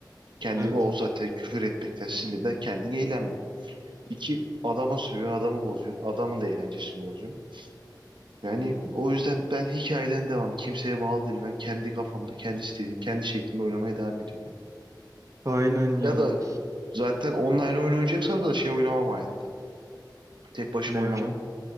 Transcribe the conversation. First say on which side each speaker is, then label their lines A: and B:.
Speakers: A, on the right (about 90°); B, on the right (about 45°).
A: Kendini
B: evet.
A: o zaten küfür etmekten, sinirden kendin eğlenmiyor. İki, adama sövüyorsun, adamı bozuyorsun. Adamın da eğlencesini bozuyorsun. Yani o yüzden ben hikayeden devam. Kimseye bağlı değil. Ben kendi kafamda, kendi istediğim, kendi şeklinde oynamaya devam ediyorum. Yani.
B: Aynen ya.
A: Ya da zaten online oyun oynayacaksam da şey oynamam hayatta. Tek başıma
B: Ne
A: oynamam.
B: hocam?